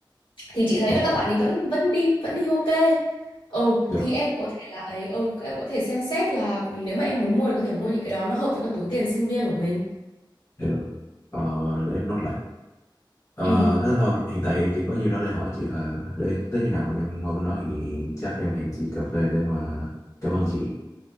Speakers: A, on the left (about 80°); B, on the left (about 35°).
A: Thì chị thấy
B: Ok.
A: là các bạn ấy vẫn vẫn đi vẫn đi ok. Ừ
B: Dạ.
A: thì em cũng có thể là ấy ừ em cũng có thể xem xét là ừ, nếu mà em muốn mua thì có thể mua những cái đó nó hợp với cả túi tiền sinh viên của mình.
B: Dạ. rồi. Ờ. Để em nói lại. Ờ.
A: Ừ.
B: Thế thôi. Hiện tại thì em chỉ có nhiêu đó để hỏi chị hả? Để tới khi nào mà em qua bên đó thì chắc em hẹn chị cà phê để mà cảm ơn chị.